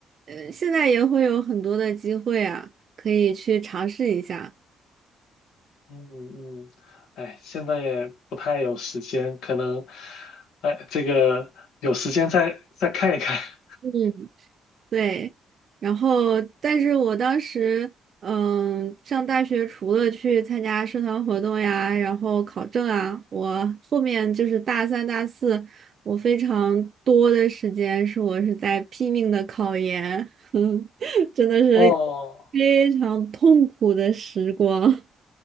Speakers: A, on the right; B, on the left.
A: 呃，现在也会有很多的机会啊，可以去尝试一下。
B: 嗯嗯，哎，现在也不太有时间，可能，哎，这个有时间再再看一看。<laughs>
A: 嗯。对，然后但是我当时，嗯，上大学除了去参加社团活动呀，然后考证啊，我后面就是大三、大四，我非常多的时间是我是在拼命的考研，<laughs> 嗯真的是
B: 哦，
A: 非常痛苦的时光。